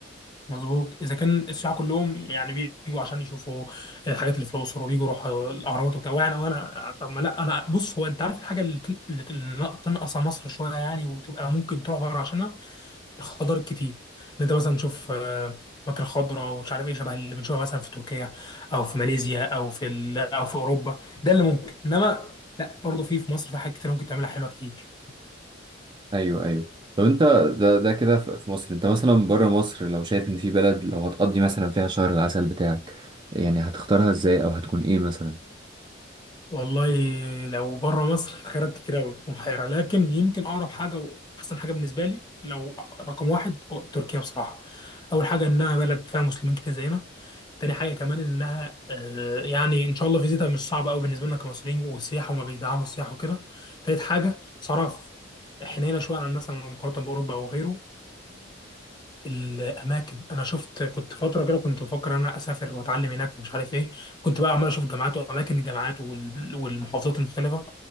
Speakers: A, on the left; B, on the right.
A: مظبوط اذا كان السياح كلهم يعني بيجوا عشان يشوفوا الحاجات اللي في الاقصر وبيجوا يروحوا الاهرامات وبتاع وانا وانا طب ما لا انا بص هو انت عارف الحاجه اللي تن- اللي تن- تنقص مصر شويه يعني وتبقى ممكن تروح بره عشانها الخضار الكتير ان انت مثلا تشوف آه، مكر خضراء ومش عارف ايه شبه اللي بنشوفها مثلا في تركيا او في ماليزيا او في ال- او في اوروبا ده اللي ممكن انما لا برضه في في مصر في حاجات كتير ممكن تعملها حلوه كتير
B: ايوه ايوه طب انت ده ده كده في في مصر انت مثلا بره مصر لو شايف ان في بلد لو هتقضي مثلا فيها شهر العسل بتاعك يعني هتختارها ازاي او هتكون ايه مثلا
A: والله لو بره مصر خيارات كتير قوي محيرة لكن يمكن أقرب حاجة وأحسن حاجة بالنسبة لي لو رقم واحد هو تركيا بصراحة أول حاجة إنها بلد فيها مسلمين كتير زينا تاني حاجة كمان إنها آه، يعني إن شاء الله فيزيتها مش صعبة قوي بالنسبة لنا كمصريين والسياحة وما بيدعموا السياحة وكده تالت حاجة صرف حنينة شوية عن مثلا مقارنة بأوروبا أو غيره الاماكن انا شفت كنت فتره كده كنت بفكر ان انا اسافر واتعلم هناك ومش عارف ايه كنت بقى عمال اشوف جامعات واماكن الجامعات وال- والمحافظات المختلفه